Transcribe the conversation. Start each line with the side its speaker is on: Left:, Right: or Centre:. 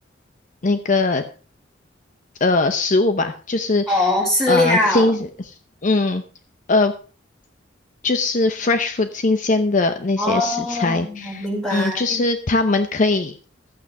Left: 那个呃食物吧，就是
Centre: 哦，饲料
Left: 呃新，嗯呃就是 fresh food 新鲜的那些食材，
Centre: 哦，明白
Left: 嗯，就是他们可以。